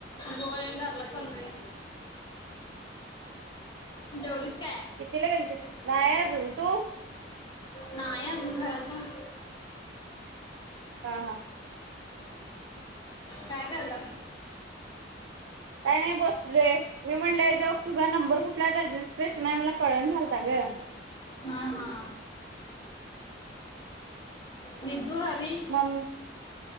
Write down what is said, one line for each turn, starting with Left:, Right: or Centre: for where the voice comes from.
Left: होय घरला चाललोय. जेवलीस काय?
Right: कितीला गेलतिस,
Left: वैशू
Right: नाहि
Left: काय आहे?
Right: आजुन तु?
Left: नाही आजुन घरात जाऊन
Right: हा हा
Left: काय कराल्यास?
Right: काय नाहि बस लोय मी म्हणलेय हेच्यावर तुझा नंबर कुठला रजिस्ट्रेशन हाय मला कळना झालता ग.
Left: हा हा. निधु, हरी
Right: मं